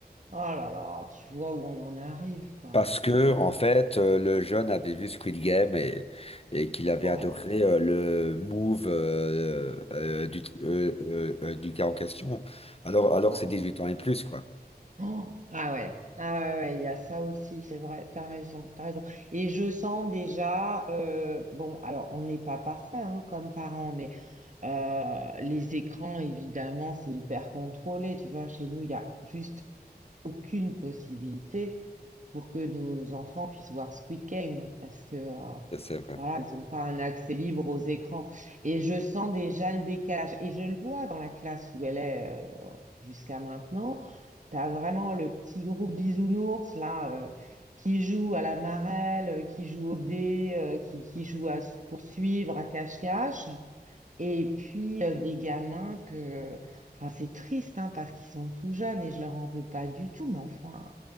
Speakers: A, on the right (about 50°); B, on the left (about 35°).
A: oh là là, tu vois où on en arrive, quoi.
B: Parce
A: C'est
B: que,
A: dingue.
B: en fait, euh, le jeune avait vu Squid Game et, et qu'il avait
A: Oh,
B: adoré euh, le move euh, euh, du, euh, euh, euh, du gars en question, alors, alors
A: oh
B: que c'est dix-huit
A: là.
B: ans et plus, quoi.
A: <gasps> Oh, ah ouais, ah ouais, ouais, ouais, il y a ça aussi, c'est vrai, t'as raison, t'as raison. Et je sens déjà, euh, bon, alors on n'est pas parfait hein, comme parents, mais euh, les écrans, évidemment, c'est hyper contrôlé. Tu vois, chez nous, il y a juste aucune possibilité pour que nos enfants puissent voir Squid Game parce que euh,
B: C'est c'est vrai.
A: voilà, ils n'ont pas un accès libre aux écrans. Et je sens déjà le décalage. Et je le vois dans la classe où elle est euh, jusqu'à maintenant. Tu as vraiment le petit groupe bisounours là euh, qui joue à la marelle, euh, qui joue au dé, euh, qui, qui joue à se poursuivre, à cache-cache. Et puis euh, des gamins que, enfin c'est triste hein, parce qu'ils sont tout jeunes et je leur en veux pas du tout, mais enfin